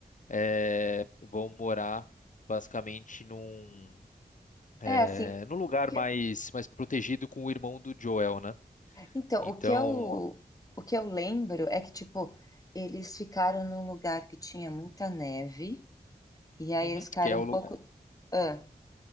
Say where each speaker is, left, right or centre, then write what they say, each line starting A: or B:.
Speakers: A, on the left; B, on the left.
A: é, vão morar basicamente num, é,
B: É assim,
A: num lugar
B: o que-
A: mais, mais protegido com o irmão do Joel, né?
B: então,
A: Então,
B: o que eu, o que eu lembro é que, tipo, eles ficaram num lugar que tinha muita neve, e aí
A: uhum,
B: eles ficaram
A: que é o,
B: um pouco.
A: lu-
B: Ah,